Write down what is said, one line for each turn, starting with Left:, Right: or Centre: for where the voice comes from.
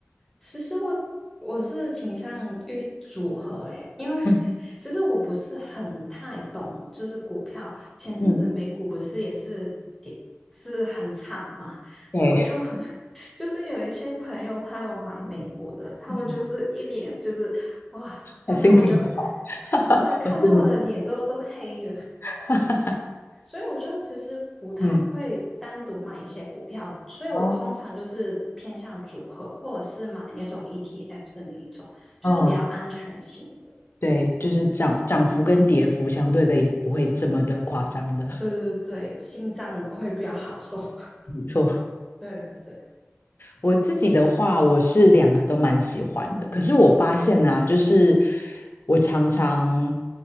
Centre: 其实我我是倾向于组合诶，因为 <laughs>
Left: 嗯
Centre: 其实我不是很太懂，就是股票。前阵子美股不是也是跌是很惨嘛，
Left: 嗯，对，
Centre: 所以我就 <laughs> 就是有一些朋友他有买美股的，
Left: <laughs>
Centre: 他们就是一脸就是哇，
Left: 嗯，
Centre: 看他们就
Left: 还心情不好，
Centre: <laughs> 对啊，看他们的脸都都黑了。
Left: 还是你。<laughs>
Centre: 所以我就其实不太会单独买一些股票，
Left: 嗯，
Centre: 所以我通常就是偏向组合，
Left: 哦，
Centre: 或者是买那种 ETF 的那一种，就是比较安全型的。
Left: 哦，对，就是涨涨幅跟跌幅相对的也不会这么的夸张的，
Centre: 嗯，对对对，心脏会比较好受。<laughs>
Left: 没错。
Centre: 对对，
Left: 我自己的话，我是两个都蛮喜欢的。可是我发现啊，就是我常常